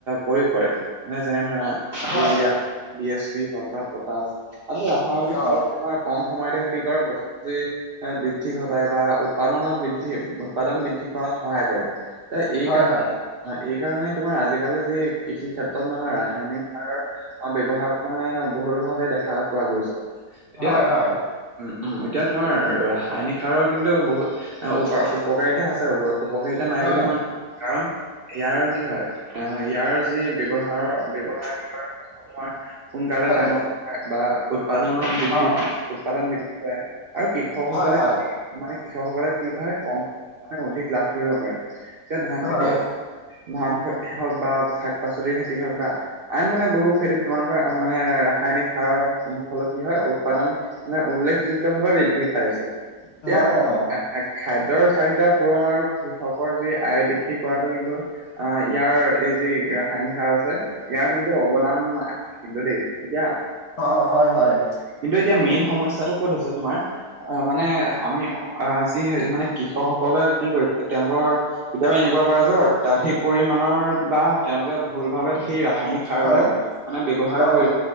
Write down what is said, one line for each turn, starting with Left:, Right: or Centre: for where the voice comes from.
Right: প্ৰয়োগ কৰে নে যেনে ধৰা ইউৰিয়া
Left: হয়
Right: হওঁক ডি এছ পি হওঁক বা পটাছ আৰু ৰাসায়নিক
Left: অ
Right: সাৰ তোমাৰ কম সময়তে কি কৰে <unintelligible> এ বৃদ্ধি ঘটাই বা উৎপাদনত বৃধ দ্ধি উৎপাদন বৃদ্ধি কৰাত সহায় কৰে, ত এই
Left: হয়
Right: কাৰণেই
Left: হয়
Right: অ', এই কাৰণেই তোমাৰ আজিকালি যি কৃষি ক্ষেত্ৰত মানে ৰাসায়নিক সাৰ অ', ব্যৱহাৰটো মানে বহুল ভাৱে দেখা পোৱা গৈছে এতিয়া
Left: হয় হয়
Right: উম - উম এতিয়া তোমাৰ ৰাসায়নিক সাৰৰ কিন্তু বহুত অ', উপা উপকাৰিতা আছে উপকাৰিতা নাই
Left: অ
Right: বুলি মই নকওঁ। কাৰণ ইয়াৰ কি হয় আহ ইয়াৰ যি ব্যৱহাৰৰ ব্যৱহাৰ কি কয় তোমাৰ সোনকালে
Left: হয়
Right: ডাঙৰ হয় বা উৎপাদনৰ বৃদ্ধি
Left: অ
Right: উৎপাদন বৃদ্ধি কৰে আৰু কৃষকসকলে
Left: হয় হয়
Right: মানে কৃষকসকলে কি কাৰণে কম সময়তে অধিক লাভ কৰিব পাৰে এতিয়া
Left: হয়
Right: ধান
Left: হয়
Right: খেতি
Left: অ হয়
Right: হওক ধান খেতি হওক বা শাক- পাচলিৰ খেতি হওক বা আৰু মানে বহু খেতিত তোমালোকৰ মানে ৰাসায়নিক সাৰৰ ফলত কি হয় উৎপাদন মানে উল্লেখযোগ্য ভাৱে বৃদ্ধি পাইছে এতিয়া
Left: হয়, অ।
Right: আহ, খাদ্যৰ চাহিদা পূৰণ আৰু কৃষকৰ যি আয় বৃদ্ধি কৰাটো কিন্তু আহ ইয়াৰ এই যি ৰাসায়নিক সাৰ আছে ইয়াৰ কিন্তু অৱদান আছিল কিন্তু দেই, এতিয়া
Left: অ অ হয় হয়।
Right: কিন্তু এতিয়া মেইন সমস্যাটো ক'ত হৈছে তোমাৰ আহ মানে আমি অ আজ যি মানে কৃষকসকলে কি কৰিছে তেওঁলোকৰ কেতিয়াবা এনেকুৱা কৰে যে অত্যাধিক পৰিমানৰ বা তেওঁলোকে ভুল ভাবে সেই ৰাসায়নিক সাৰ
Left: হয়
Right: বিলাক মানে ব্যৱহাৰ
Left: অ
Right: কৰি